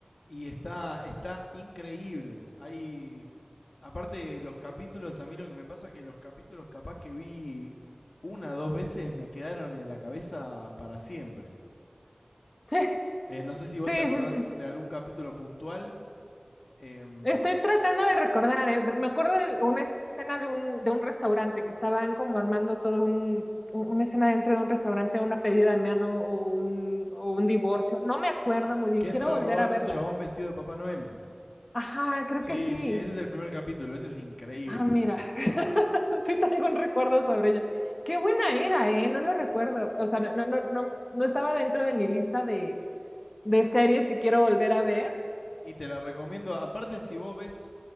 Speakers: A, on the left; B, on the left.
A: y está, está increíble. Hay. Aparte, los capítulos, a mí lo que me pasa es que los capítulos capaz que vi una o dos veces me quedaron en la cabeza para siempre.
B: <laughs> Sí,
A: Eh, no sé si vos
B: sí,
A: te acordás
B: sí.
A: de algún capítulo puntual em,
B: Estoy tratando de recordar, ¿eh? Me acuerdo de una escena de un, de un restaurante que estaban como armando todo un, un- una escena dentro de un restaurante, una pedida de mano o un, o un divorcio. No me acuerdo muy bien,
A: que entra
B: quiero volver
A: a robar
B: a verla.
A: un chabón vestido de Papá Noel.
B: Ajá, creo
A: Sí,
B: que sí.
A: sí, ese es el primer capítulo, ese es increíble.
B: Ah, mira, <laughs> sí tengo un recuerdo sobre ella. Qué buena era, ¿eh? No lo recuerdo. O sea, no, no, no, no estaba dentro de mi lista de, de series que quiero volver a ver.
A: Y te la recomiendo, aparte si vos ves,